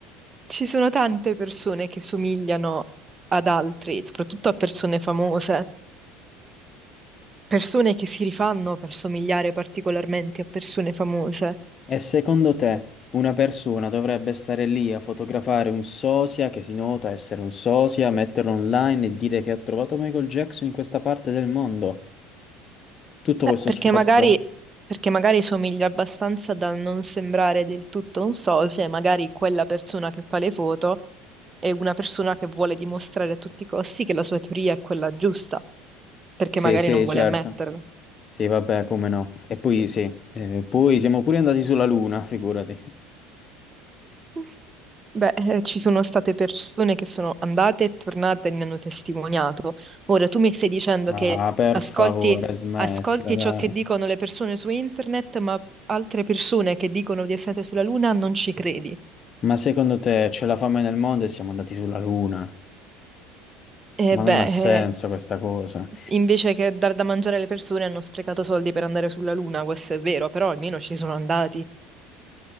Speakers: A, on the right (about 25°); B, on the left (about 35°).
A: Ci sono tante persone che somigliano ad altri, soprattutto a persone famose, persone che si rifanno per somigliare particolarmente a persone famose.
B: E secondo te una persona dovrebbe stare lì a fotografare un sosia che si nota essere un sosia, metterlo online e dire che ha trovato Michael Jackson in questa parte del mondo? Tutto
A: Beh,
B: questo
A: perché
B: sforzo?
A: magari, perché magari somiglia abbastanza da non sembrare del tutto un socio, e magari quella persona che fa le foto è una persona che vuole dimostrare a tutti i costi che la sua teoria è quella giusta, perché
B: Sì,
A: magari
B: sì,
A: non vuole
B: certo.
A: ammetterlo.
B: Sì, vabbè, come no. E poi sì, eh, poi siamo pure andati sulla Luna, <laughs> figurati.
A: <laughs> Beh, eh, ci sono state persone che sono andate e tornate e ne hanno testimoniato. Ora, tu mi stai dicendo
B: Ah,
A: che
B: per
A: ascolti,
B: favore, smettila,
A: ascolti
B: dai.
A: ciò che dicono le persone su internet, ma altre persone che dicono di essere sulla Luna non ci credi.
B: Ma secondo te c'è la fame nel mondo e siamo andati sulla Luna?
A: E
B: Ma non
A: beh,
B: ha senso
A: eh,
B: questa cosa.
A: invece che dar da mangiare alle persone hanno sprecato soldi per andare sulla Luna, questo è vero, però almeno ci sono andati.